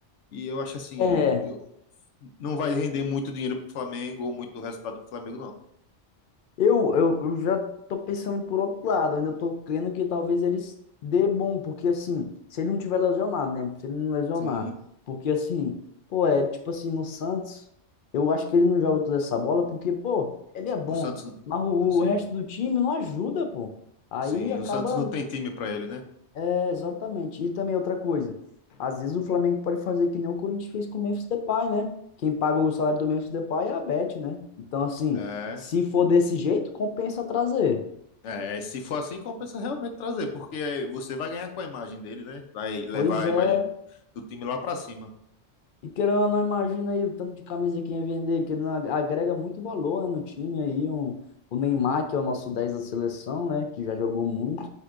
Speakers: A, on the left; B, on the left.
A: E eu acho assim,
B: É,
A: eu, não vai render muito dinheiro pro Flamengo ou muito resultado pro Flamengo, não.
B: Eu, eu, eu já tô pensando por outro lado, ainda tô crendo que talvez eles dê bom, porque assim, se ele não tiver lesionado, né? Se ele não lesionar,
A: Sim,
B: porque assim, pô, é tipo assim, no Santos, eu acho que ele não joga toda essa bola, porque, pô, ele é bom,
A: o Santos,
B: mas o,
A: assim,
B: o resto do time não ajuda, pô. Aí
A: sim,
B: acaba
A: o Santos não tem time pra ele, né?
B: é, exatamente. E também outra coisa, às vezes o Flamengo pode fazer que nem o Corinthians fez com o Memphis Depay, né? Quem paga o salário do Memphis Depay é a Bet, né? Então, assim,
A: É.
B: se for desse jeito, compensa trazer.
A: É, é, se for assim, compensa realmente trazer, porque é, você vai ganhar com a imagem dele, né? Vai levar
B: Pois
A: a
B: é.
A: imagem do time lá pra cima.
B: E querendo ou não, imagina aí o tanto de camisa que ia vender, que não agrega muito valor, né, no time aí. Um, o Neymar, que é o nosso 10 da seleção, né? Que já jogou muito.